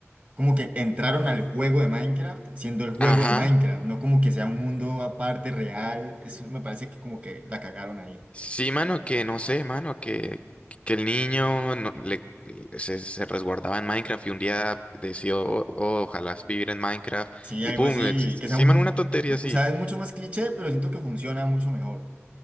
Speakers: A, on the right (about 30°); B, on the left (about 25°).
A: como que entraron al juego de Minecraft siendo el juego
B: Ajá.
A: de Minecraft, no como que sea un mundo aparte real, eso me parece que como que la cagaron ahí.
B: Sí, mano, que no sé, mano, que, que el niño no- le, le- se, se resguardaba en Minecraft y un día decidió, "Oh, ojalá vivir en Minecraft
A: Sí,
B: y
A: algo
B: pum,
A: así,
B: existe.
A: que sea
B: Sí,
A: muy,
B: mano, una tontería así.
A: o sea, es mucho más cliché, pero siento que funciona mucho mejor.